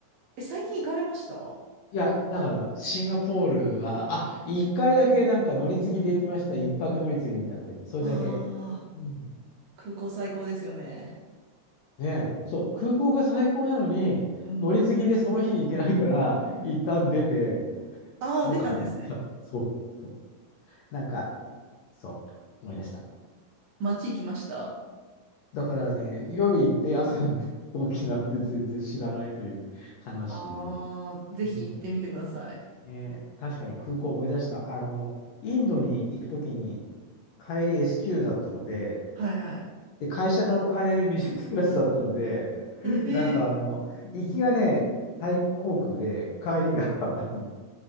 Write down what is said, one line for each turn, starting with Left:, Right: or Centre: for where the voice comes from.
Right: え、最近行かれましたあ
Left: いや、だから、シンガポールは、あ、一回だけなんか乗り継ぎで行きました。一泊乗り継ぎみたいなので、それだけ。
Right: あ
Left: うん、
Right: ー、空港最高ですよね。
Left: ねえ、そう、空港が最高なのに、
Right: うん。
Left: 乗り継ぎでその日に行けないから、一旦出て、
Right: ああ、
Left: どっか泊まった。
Right: 出たんですね。
Left: そう、そう。なんか、そう、思い出した。
Right: 街行きました。
Left: だからね、夜行って朝の飛行機なんて全然知らないという悲しい。
Right: ああ、ぜひ行ってみてください。
Left: うんね、確かに空港を思い出した。あの、インドに行くときに、帰り S q だったので、
Right: はいはい。
Left: で、会社のお金でビジネスクラスだったので、<laughs>
Right: ええ
Left: なんかあの、行きがね、タイ航空で、帰りが <laughs> あの、